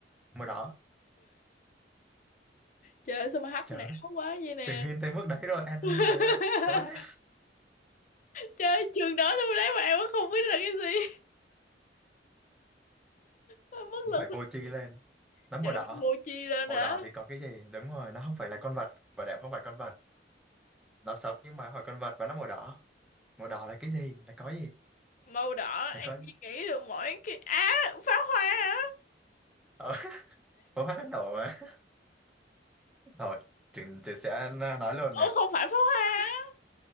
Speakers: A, in the centre; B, on the left.
A: màu đỏ
B: trời ơi, sao mà hắc
A: trời
B: não
A: ơi,
B: quá vậy nè.
A: chừng hin tới mức đấy rồi anh ơi
B: <laughs>
A: trời ơi cố lên
B: Trời ơi, trường nói tôi đấy mà em cũng không biết là cái gì. bất lực
A: phải vô tri
B: thì
A: lên nó màu
B: chả
A: đỏ
B: phải mua chi lên
A: màu
B: hả
A: đỏ thì có cái gì đúng rồi nó không phải là con vật bảo đảm không phải con vật nó sống nhưng mà hỏi con vật và nó màu đỏ màu đỏ là cái gì là có gì
B: màu đỏ
A: là
B: An
A: có
B: Duy nghĩ được mỗi cái á pháo hoa á
A: ờ, <laughs> pháo hoa nó nổ mà thôi chừng chị sẽ nói luôn nè
B: ủa không phải pháo hoa á